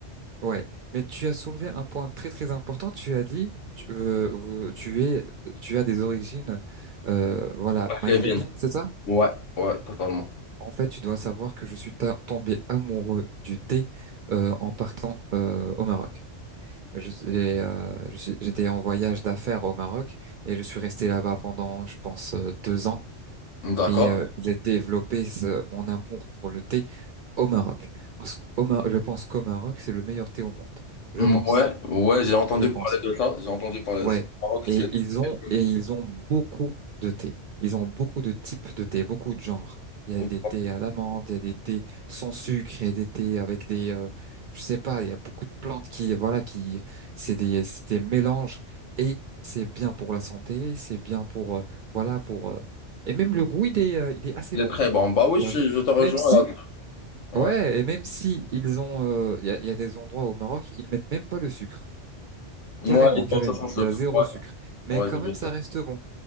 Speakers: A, on the right; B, on the left.
A: Ouais, mais tu as soulevé un point très très important. Tu as dit, tu, euh, euh, tu es, tu as des origines, euh, voilà,
B: Très
A: maghrébines,
B: bien.
A: c'est ça?
B: Ouais, ouais, totalement.
A: En fait, tu dois savoir que je suis ta- tombé amoureux du thé euh, en partant euh, au Maroc. Je, suis- euh, je suis- j'étais en voyage d'affaires au Maroc et je suis resté là-bas pendant, je pense, euh, deux ans
B: D'accord.
A: et euh, j'ai développé ce- mon amour pour le thé au Maroc. Parce qu'au Mar- je pense qu'au Maroc, c'est le meilleur thé au monde. Je
B: Ouais,
A: pense.
B: ouais, j'ai entendu
A: Je pense.
B: parler de ça. J'ai entendu parler
A: Ouais.
B: de ça. Au Maroc,
A: Et
B: c'est
A: ils ont,
B: très connu.
A: et ils ont beaucoup de thé. Ils ont beaucoup de types de thé, beaucoup de genres. Il
B: Ouais.
A: y a des thés à l'amande, il y a des thés sans sucre, il y a des thés avec des, euh, je sais pas, il y a beaucoup de plantes qui, voilà, qui, c'est des, c'est des mélanges et c'est bien pour la santé, c'est bien pour, euh, voilà, pour, euh, et même le goût, il est, euh, il est assez
B: Il
A: bon.
B: est très bon. Bah oui, je,
A: T'as
B: suis-
A: vu?
B: je te rejoins
A: Même si,
B: là. Ouais.
A: ouais, et même si ils ont, euh, il y a, il y a des endroits au Maroc, ils mettent même pas le sucre.
B: Ouais,
A: Carrément,
B: il
A: carrément.
B: boit ça sans sucre.
A: Il y a zéro
B: Ouais,
A: sucre. Mais
B: ouais,
A: quand
B: c'est
A: même,
B: bien
A: ça
B: ça.
A: reste bon.